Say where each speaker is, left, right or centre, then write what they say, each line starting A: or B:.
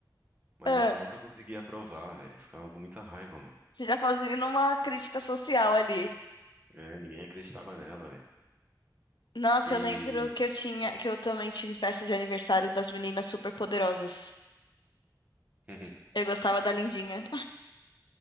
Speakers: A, on the right (about 20°); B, on the left (about 75°).
A: mas
B: Ah,
A: ela nunca conseguia aprovar, velho. Ficava com muita raiva, mano.
B: você já fazia uma crítica social ali.
A: É, ninguém acreditava nela, velho.
B: Nossa,
A: E
B: eu lembro que eu tinha, que eu também tive festa de aniversário das meninas super poderosas
A: <laughs>
B: Eu gostava da Lindinha.